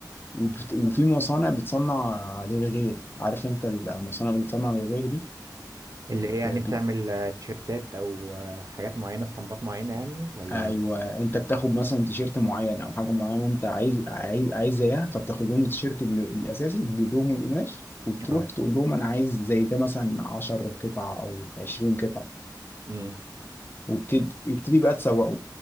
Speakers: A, on the left; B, on the right.
A: وبت... وفي مصانع بتصنع للغير عارف انت المصانع اللي بتصنع للغير دي
B: اللي هي يعني
A: بت...
B: بتعمل آه، تيشيرتات او آه، حاجات معينه اسطمبات معينه يعني ولا
A: ايوه انت بتاخد مثلا تيشيرت معين او حاجه معينه انت عايز عايز عايز زيها فبتاخد لهم التيشيرت ال- الاساسي بتجيب لهم القماش وبتروح
B: اه
A: تقول لهم انا عايز زي ده مثلا 10 قطعه او 20 قطعه
B: امم
A: وبتبتدي بقى تسوقه